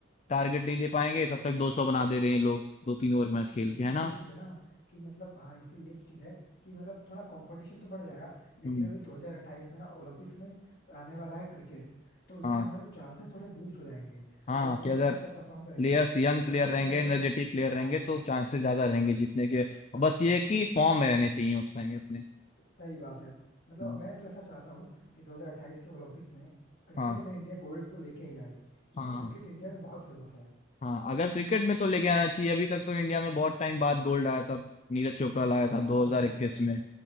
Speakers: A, on the left; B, on the left.
A: टारगेट नहीं दे
B: एग्जैक्टली
A: पाएंगे तब तक दो सौ बना दे रहे हैं ये लोग दो तीन ओवर मैच खेल
B: इससे
A: के है
B: ये
A: ना
B: चीज है ना कि मतलब हाँ इससे ये चीज है कि मतलब थोड़ा कंपटीशन तो बढ़ जाएगा लेकिन
A: हम्म
B: अभी 2028 में ना ओलंपिक्स में आने वाला है क्रिकेट तो इससे
A: हाँ
B: हमारे चांसेस थोड़े बूस्ट हो जाएंगे
A: हाँ
B: अगर ये
A: कि
B: लोग
A: अगर
B: इतना अच्छा परफॉर्म करेंगे
A: प्लेयर्स यंग प्लेयर
B: तो वहां
A: रहेंगे
B: पे जाके
A: एनर्जेटिक
B: अगर
A: प्लेयर
B: हाँ
A: रहेंगे तो चांसेस ज्यादा रहेंगे जीतने के
B: हाँ
A: बस
B: हाँ,
A: ये है कि
B: तो
A: फॉर्म
B: हमारे
A: में रहने चाहिए उस टाइम अपने
B: सही बात है मतलब
A: हम्म,
B: मैं तो ऐसा चाहता हूँ कि 2028 के ओलंपिक्स में क्रिकेट
A: हाँ
B: में इंडिया गोल्ड तो लेके ही आए क्योंकि
A: हाँ
B: क्रिकेट इंडिया में बहुत फेमस है
A: हाँ अगर क्रिकेट में तो लेके आना चाहिए अभी तक तो इंडिया में बहुत टाइम बाद गोल्ड आया था नीरज चोपड़ा लाया था
B: हाँ
A: 2021
B: वो तो सही बात
A: में
B: है